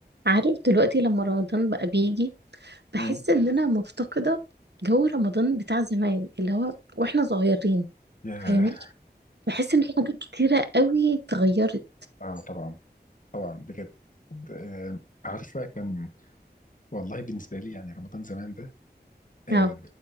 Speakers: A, on the right (about 75°); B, on the left (about 50°).
A: عارف دلوقتي لما رمضان بقى بيجي بحس
B: مم.
A: ان انا مفتقدة جو رمضان بتاع زمان اللي هو واحنا صغيرين
B: ياه
A: فاهمين بحس ان في حاجات كتيرة قوي اتغيرت
B: اه طبعا طبعا بجد آه عارفه كان والله بالنسبه لي يعني رمضان زمان ده آه
A: اه